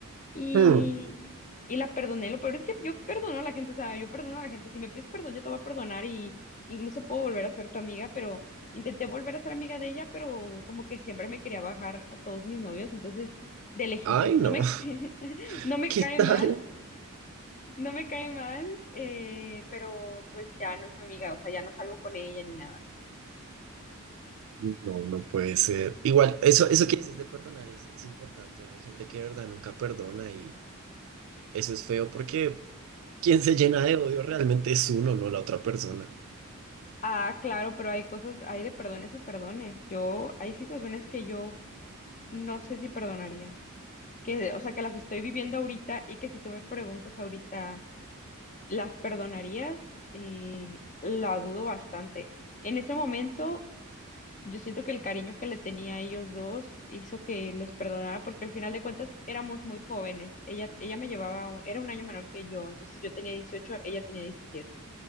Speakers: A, on the left; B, on the right.
A: Y,
B: Hmm,
A: y la perdoné. Lo peor es que yo perdono a la gente, o sea, yo perdono a la gente. Si me pides perdón, yo te voy a perdonar y incluso puedo volver a ser tu amiga, pero intenté volver a ser amiga de ella, pero como que siempre me quería bajar a todos mis novios, entonces de lejitos.
B: Ay, no.
A: No me, <laughs>
B: <laughs>
A: no me
B: ¿Qué
A: cae
B: tal?
A: mal, no me cae mal, eh, pero pues ya no es mi amiga, o sea, ya no salgo con ella ni nada.
B: No, no puede ser. Igual, eso, eso que dices de perdonar es, es importante. Hay gente que de verdad nunca perdona y eso es feo porque quien se llena de odio realmente es uno, no la otra persona.
A: Ah, claro, pero hay cosas, hay de perdones a perdones. Yo, hay situaciones que yo no sé si perdonaría. que, o sea, que las estoy viviendo ahorita y que si tú me preguntas ahorita, ¿las perdonarías? Eh, la dudo bastante. En ese momento, yo siento que el cariño que le tenía a ellos dos hizo que los perdonara porque al final de cuentas éramos muy jóvenes. Ella, ella me llevaba, un- era un año menor que yo, entonces yo tenía 18 ella tenía diecisiete